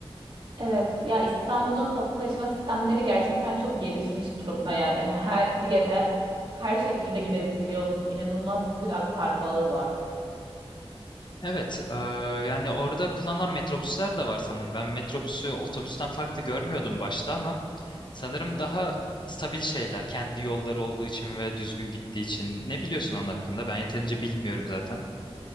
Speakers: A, on the right; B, on the left.
A: Evet ya İstanbul'un toplu taşıma sistemleri gerçekten çok gelişmiş durumda yani hani her yere her şekilde gidebiliyorsun. İnanılmaz bir aktarma ağı var.
B: Evet, eee, yani orada kullanılan metrobüsler de var sanırım. Ben metrobüsü otobüsten farklı görmüyordum başta ama sanırım daha stabil şeyler. Kendi yolları olduğu için ve düzgün gittiği için. Ne biliyorsun onun hakkında? Ben yeterince bilmiyorum zaten.